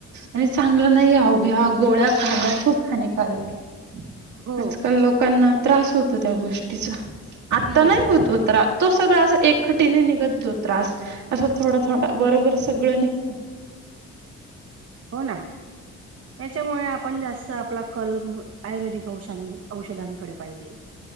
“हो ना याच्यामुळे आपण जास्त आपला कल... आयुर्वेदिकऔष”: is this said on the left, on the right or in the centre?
Right